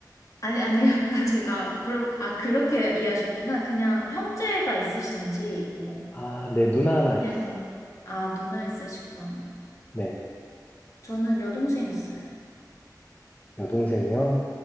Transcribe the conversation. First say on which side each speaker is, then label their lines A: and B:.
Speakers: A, on the left (about 50°); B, on the left (about 25°).
A: 아니, 아니요. <laughs> 제가 물어, 아, 그렇게 이해하셨구나. 그냥 형제가 있으신지, 뭐,
B: 아, 네, 누나 하나
A: 그냥
B: 있어요.
A: 그럼. 아, 누나 있으시구나.
B: 네,
A: 저는 여동생 있어요.
B: 여동생이요?